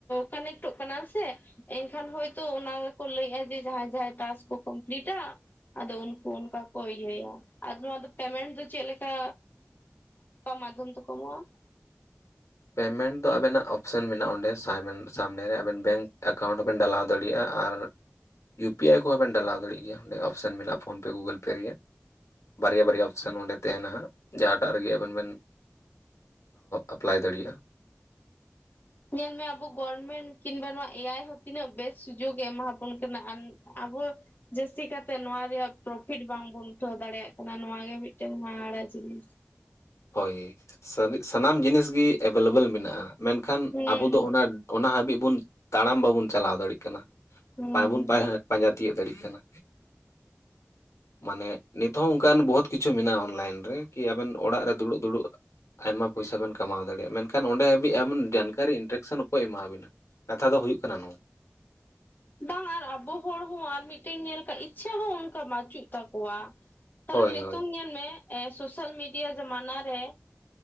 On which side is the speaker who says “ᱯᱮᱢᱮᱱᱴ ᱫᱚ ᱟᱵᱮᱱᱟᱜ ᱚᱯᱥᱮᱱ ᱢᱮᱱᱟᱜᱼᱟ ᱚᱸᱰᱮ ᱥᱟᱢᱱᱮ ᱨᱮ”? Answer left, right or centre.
Left